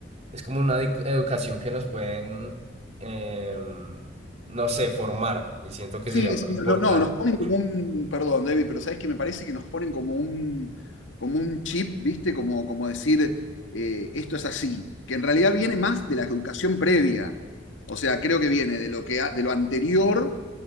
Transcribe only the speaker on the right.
Es como una edu- educación que nos pueden, em, no sé, formar y siento que
sería
muy
importante.